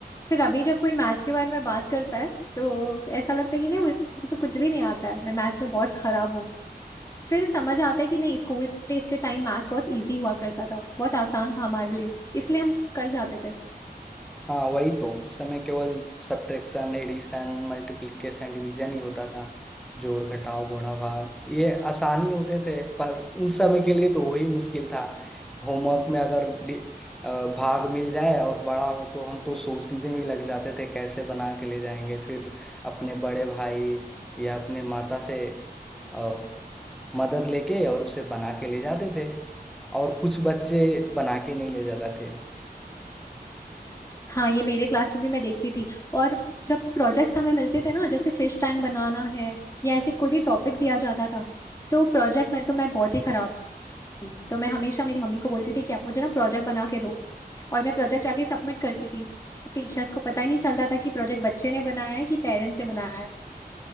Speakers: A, on the left (about 20°); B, in the centre.
A: फिर अभी जब कोई मैथ्स के बारे में बात करता है तो ऐसा लगता है कि नहीं मुझे तो कुछ भी नहीं आता है मैं मैथ्स में बहुत खराब हूँ फिर समझ आता है कि नहीं स्कूल डेज के टाइम मैथ्स बहुत इजी हुआ करता था बहुत आसान था हमारे लिए इसलिए हम कर जाते थे
B: हाँ वही तो उस समय केवल सब्ट्रैक्शन एडिशन मल्टीप्लिकेशन डिवीजन ही होता था जोड़ घटाव गुणा भाग ये आसानी होते थे पर उन समय के लिए तो वही मुश्किल था होमवर्क में अगर डि- अ, भाग मिल जाए और बड़ा हो तो हम तो सोचने में लग जाते थे कैसे बना के ले जाएंगे फिर अपने बड़े भाई या अपने माता से अ, मदद लेके और उसे बना के ले जाते थे और कुछ बच्चे बना के नहीं ले जाते थे
A: हाँ ये मेरे क्लास में भी मैं देखती थी और जब प्रोजेक्ट्स हमें मिलते थे ना जैसे फिश टैंक बनाना है या ऐसे कोई भी टॉपिक दिया जाता था तो प्रोजेक्ट में तो मैं बहुत ही खराब थी। तो मैं हमेशा मेरी मम्मी को बोलती थी कि आप मुझे ना प्रोजेक्ट बना के दो और मैं प्रोजेक्ट जाके सबमिट करती थी टीचर्स को पता ही नहीं चलता था कि प्रोजेक्ट बच्चे ने बनाया है कि पेरेंट्स ने बनाया है